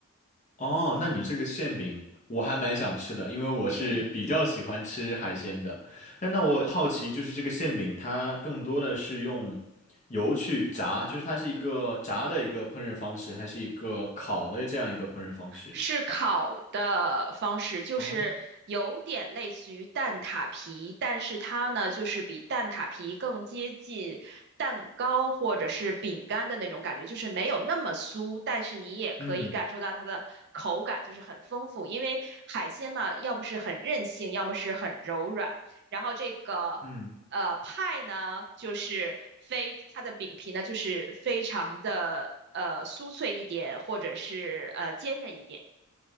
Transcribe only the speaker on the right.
嗯。
是烤的方式，就是有点类似于蛋挞皮，
但是它呢，就是比蛋挞皮更接近蛋糕或者是饼干的那种感觉，就是没有那么酥，但是你也可以感受到它的口感就是很丰富，
因为海鲜嘛，要不是很韧性，要么是很柔软，然后这个。
呃，派呢，就是非它的饼皮呢，就是非常的呃酥脆一点，或者是呃坚韧一点。